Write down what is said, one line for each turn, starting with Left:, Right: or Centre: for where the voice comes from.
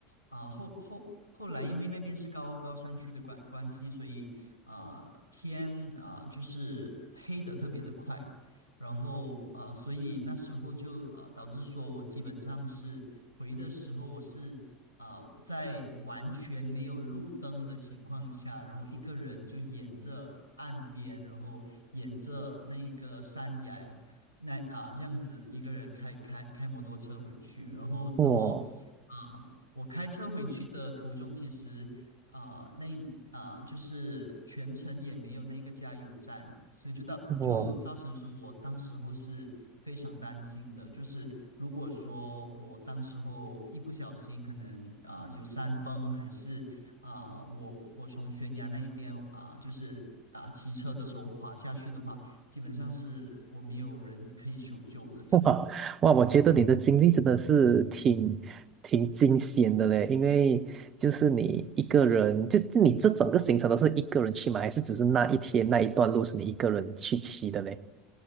Left: 啊、后后后来因为那边是高高山区的关关系，所以啊、天啊、就是黑的特别的快，然后啊、所以那时候就啊、导致说我基本上是回的时候我是。啊，在完全没有路灯的情况下，然后一个人就沿着岸边，然后沿着那个山崖，那啊这样子一个人开开开摩托车回去，然后之后啊，
Right: 我
Left: 我开车回去的途中，其实啊、呃那啊、呃就是全程也没有那个加油站，所以就到就造成说我当时候是非常担心的，
Right: 我。
Left: 就是如果说我当时候一不小心可能啊、呃有山崩，还是啊、呃我我从悬崖那一边啊、就是啊、骑车的时候滑下去的话，基本上是我没有人可以求救的这样子。
Right: <laughs> 哇哇，我觉得你的经历真的是挺挺惊险的嘞，因为就是你一个人，就就你这整个行程都是一个人去吗？还是只是那一天那一段路是你一个人去骑的嘞？